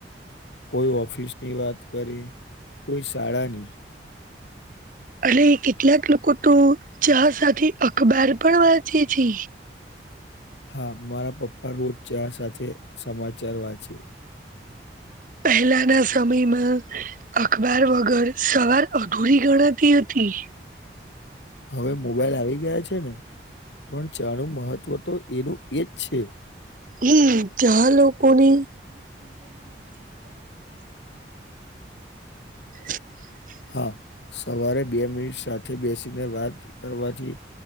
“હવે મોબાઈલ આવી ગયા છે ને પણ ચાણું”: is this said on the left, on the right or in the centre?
Left